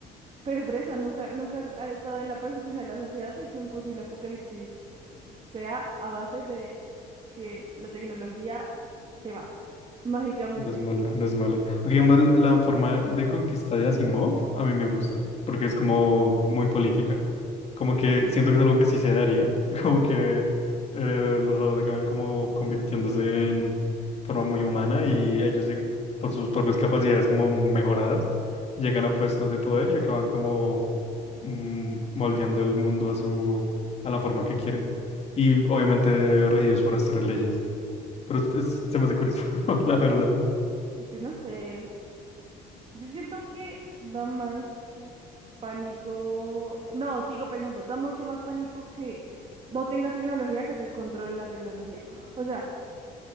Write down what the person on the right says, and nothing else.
Pero por eso, nunca, nunca ha estado en la percepción de la sociedad de que un posible apocalipsis sea a base de que la tecnología se va mágicamente.
Yo no sé. Yo siento que da más pánico. No, sigo pensando, da mucho más pánico que no tengas tecnología que te controle la tecnología. O sea,